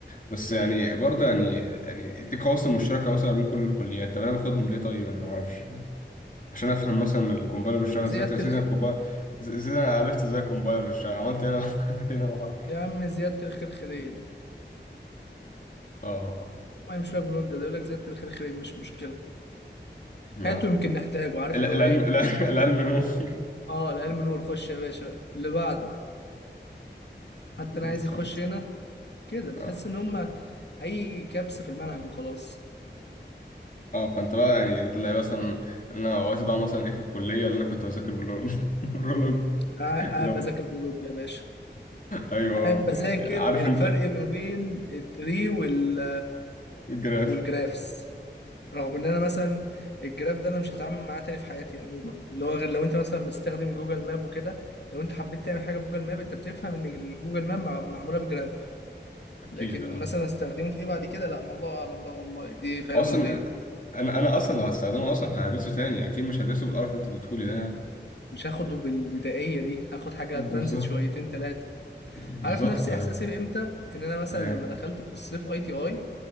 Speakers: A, on the left; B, on the left.
A: بس يعني برضه يعني يعني دي قواسم مشتركة مثلا بين كل الكليات طب أنا باخدهم ليه طيب أنا معرفش عشان أفهم مثلا الكومبايلر بيشتغل
B: زيادة
A: إزاي طب يا سيدي
B: الخير
A: أنا الكومبايلر إزاي أنا عرفت إزاي الكومبايلر بيشتغل عملت إيه أنا <laughs> أنا كده معرفش
B: يا عم زيادة الخير خيرين
A: اه
B: ما يمشي لك بالمبدأ ده يقول لك زيادة الخير خيرين مش مشكلة
A: نعم
B: هاته يمكن نحتاجه عارف
A: ال-
B: اللي
A: العلم
B: هو ايه
A: الع- <laughs> العلم نور <laughs>
B: اه العلم نور خش يا باشا اللي بعده حتى
A: بالظبط
B: انا عايز يخش هنا كده بتحس
A: اه
B: ان هم اي كبس في المنهج وخلاص
A: اه فانت بقى يعني تلاقي مثلا انا وقت ضاع مثلا ايه في الكليه اللي انا كنت بذاكر بالرول- <laughs> بالرولوج
B: قاعد
A: اللي
B: قاعد
A: هو
B: بذاكر بيولوجيا يا باشا
A: ايوه
B: قاعد بذاكر
A: عارف
B: الفرق
A: انت
B: ما بين التري وال
A: الجراف
B: والجرافس رغم ان انا مثلا الجراف ده انا مش هتعامل معاه تاني في حياتي عموما اللي هو غير لو انت مثلا بتستخدم جوجل ماب وكده لو انت حبيت تعمل حاجه في جوجل ماب انت بتفهم ان الجوجل ماب مع- معموله بجراف
A: اكيد
B: لكن
A: اه
B: مثلا استخدمه في ايه بعد كده لا ما الله اعلم بقى والله دي في علم
A: اصلا
B: الغيب
A: انا انا اصلا لو هستخدمه اصلا فهدرسه تاني اكيد مش هدرسه بالقرف اللي انت اديتهولي ده يعني
B: مش هاخده بالبدائيه دي هاخد حاجه
A: بالظبط
B: ادفانسد شويتين ثلاثه
A: بالظبط
B: عارف نفسي
A: يعني
B: احساسي امتى ان انا مثلا
A: ايه
B: لما دخلت في الصيف اي تي اي